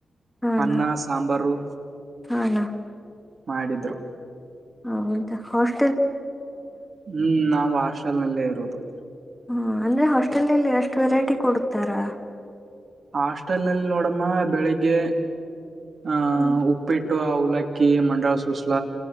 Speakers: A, in the centre; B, on the right.
A: ಹಾ ಅಣ್ಣ
B: ಅನ್ನ ಸಾಂಬಾರು.
A: ಹಾ ಅಣ್ಣ
B: ಮಾಡಿದ್ರು.
A: ಹಂತ ಹಸ್
B: ಹ್ಮ್ ನಾವು ಹಾಸ್ಟೆಲ್ ನಲ್ಲೇ ಇರೋದು.
A: ಹ್ಮ ಅಂದ್ರೆ ಹಾಸ್ಟೆಲಲ್ಲಿ ಎಷ್ಟ್ ವೆರೈಟಿ ಕೊಡುತ್ತಾರಾ.
B: ಹಾಸ್ಟೆಲ್ ನಲ್ಲಿ ನೋಡಮ್ಮ ಬೆಳಿಗ್ಗೆ ಆಹ
A: ಹ್ಮ್
B: ಉಪ್ಪಿಟ್ಟ್ ಟ್ಟು ಅವಲಕ್ಕಿ ಮಂಡಲ್ ಸೂಸ್ಲ